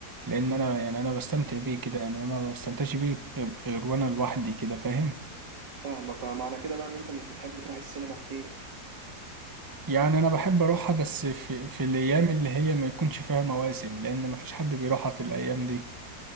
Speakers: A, on the right; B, on the right.
A: لأن أنا يعني أنا بستمتع بيه كده يعني أنا ما بستمتعش بيه غير غير وأنا لوحدي كده فاهم
B: فاهمك اه معنى كده بقى ان انت مش بتحب تروح السينما كتير
A: يعني انا بحب اروحها بس في في الايام اللي هي ما يكونش فيها مواسم لان ما فيش حد بيروحها في الايام دي